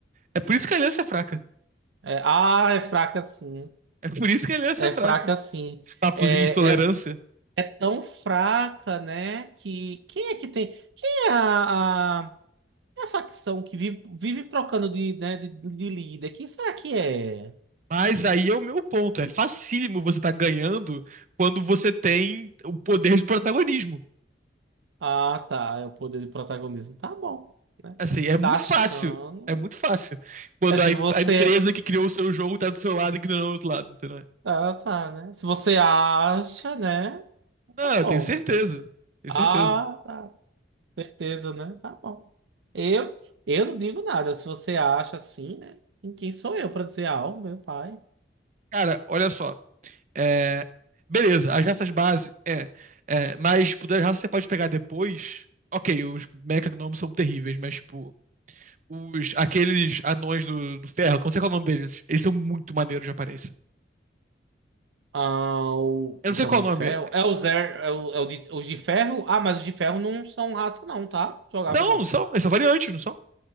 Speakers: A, on the right (about 45°); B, on the right (about 80°).
A: É por isso que a aliança é fraca.
B: é, ah, é fraca sim.
A: É por isso que a aliança
B: É
A: é fraca.
B: fraca sim.
A: Papozinho
B: É,
A: de tolerância.
B: é, é tão fraca, né? Que. Quem é que tem. Quem é a, a, é a facção que vive, vive trocando de, né, de, de líder? Quem será que é?
A: Mas aí é o meu ponto. É facílimo você estar ganhando quando você tem o poder de protagonismo.
B: Ah, tá. É o poder de protagonismo. Tá bom. né?
A: Assim, é muito
B: Tá achando.
A: fácil. É muito fácil. Quando
B: É se
A: a, em-
B: você.
A: a empresa que criou o seu jogo tá do seu lado e ignorando o outro lado, entendeu?
B: Ah, tá, né? Se você acha, né?
A: Não,
B: Tá
A: eu
B: bom.
A: tenho certeza. Tenho
B: Ah,
A: certeza.
B: tá. Certeza, né? Tá bom. Eu, eu não digo nada. Se você acha assim, né? Em quem sou eu pra dizer algo, meu pai?
A: Cara, olha só. É, Beleza, as raças base, é. é, Mas tipo, das raças que você pode pegar depois. Ok, os mecagnomos são terríveis, mas tipo, os, aqueles anões do, do ferro, como sei qual é o nome deles? Eles são muito maneiros de aparência.
B: Ah, o-
A: Eu
B: os
A: não sei
B: anões
A: qual o nome.
B: de ferro. É, os, er- é, o- é o de- os de ferro? Ah, mas os de ferro não são raça, não, tá? Jogável,
A: São,
B: não.
A: são, eles são variantes, não são?